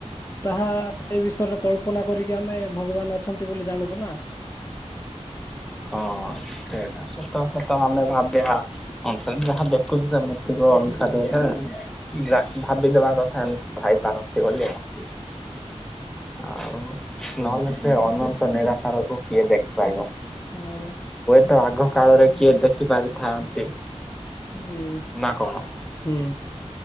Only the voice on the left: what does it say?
ତାହା ସେ ବିଷୟରେ, କଳ୍ପନା କରିକି ଆମେ, ଭଗବାନ ଅଛନ୍ତି ବୋଲି ଜାଣୁଚୁ ନା।
<inaudible>
ହଁ ବା।
ହୁଁ
ହୁଁ।